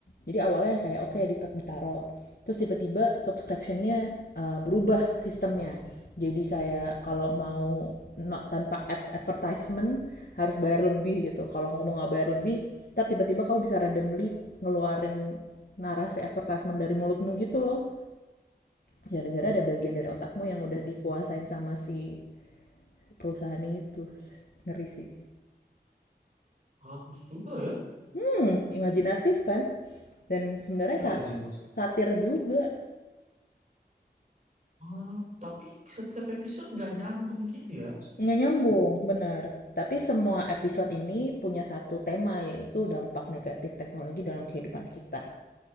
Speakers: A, on the left; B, on the right.
A: Jadi awalnya yang kayak oke okay, ditet- ditaruh. Terus tiba-tiba subscriptionnya uh, berubah sistemnya. Jadi kayak kalau mau no- tanpa ad advertisement harus bayar lebih gitu. Kalau kamu nggak bayar lebih, ntar tiba-tiba kamu bisa randomly ngeluarin narasi advertisement dari mulutmu gitu loh. Gara-gara ada bagian dari otakmu yang
B: Mm-mm.
A: udah dikuasain sama si perusahaan itu. Ngeri sih.
B: Bagus juga ya.
A: Hmm, imajinatif kan? Dan sebenarnya
B: Oh, iya,
A: sat-
B: iya.
A: satir juga
B: Ah, tapi setiap episode nggak nyambung gitu ya.
A: Nggak nyambung, benar. Tapi semua episode ini punya satu tema, yaitu dampak negatif teknologi dalam kehidupan kita.